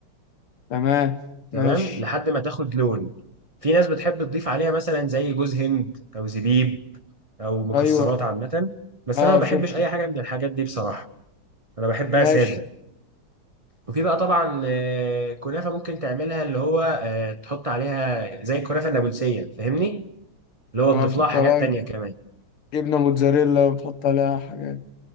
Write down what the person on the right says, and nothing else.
تمام لحد ما تاخد لون في ناس بتحب تضيف عليها مثلا زي جوز هند او زبيب او مكسرات
عامه بس
انا ما
بحبش اي حاجه من الحاجات دي بصراحه انا بحبها
ساده وفي بقى طبعا آه، كنافه ممكن تعملها اللي هو آه، تحط عليها زي الكنافه النابلسيه فاهمني اللي هو
تضيف
لها حاجات
تانية كمان